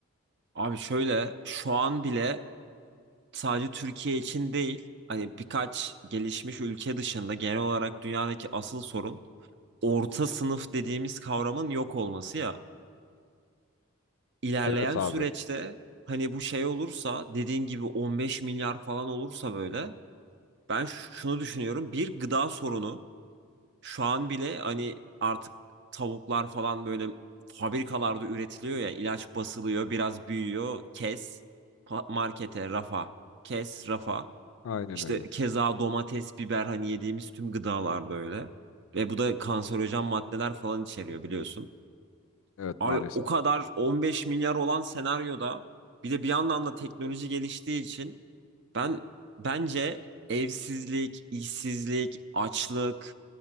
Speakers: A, on the right; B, on the left.
A: Abi şöyle şu an bile sadece Türkiye için değil hani birkaç gelişmiş ülke dışında genel olarak dünyadaki asıl sorun orta sınıf dediğimiz kavramın yok olması ya. İlerleyen
B: Evet abi
A: süreçte hani bu şey olursa dediğin gibi 15 milyar falan olursa böyle ben ş- şunu düşünüyorum bir gıda sorunu Şu an bile hani artık tavuklar falan böyle fabrikalarda üretiliyor ya ilaç basılıyor biraz büyüyor kes pa- markete rafa kes rafa
B: aynen
A: işte
B: öyle.
A: keza domates biber hani yediğimiz tüm gıdalar böyle ve bu da kanserojen maddeler falan içeriyor biliyorsun.
B: Evet
A: Abi
B: maalesef.
A: o kadar 15 milyar olan senaryoda bir de bir yandan da teknoloji geliştiği için ben bence evsizlik, işsizlik, açlık